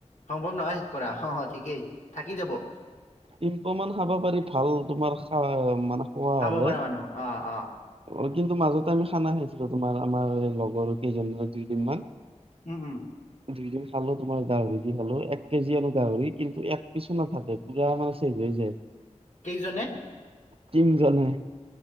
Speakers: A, on the left; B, on the right.
A: সম্ভৱ নহয় শেষ কৰা অ অ ঠিকেই থাকি যাব।
B: তিন পোৱা মান খাব পাৰি ভাল তোমাৰ খা মানে খোৱা
A: খাব
B: হলে।
A: পৰা মানুহ অ অ
B: অ কিন্তু মাজতে আমি খানা খাইছিলো তোমাৰ আমাৰ এই লগৰ কেইজন দুদিনমান -
A: উম উম।
B: দুইদিন খালো তোমাৰ গাহৰি দি খালো এক কেজি আনো গাহৰি - কিন্তু এক পিছু নাথাকে পুৰা মানে চেচ হৈ যায়।
A: কেইজনে?
B: তিনজনে।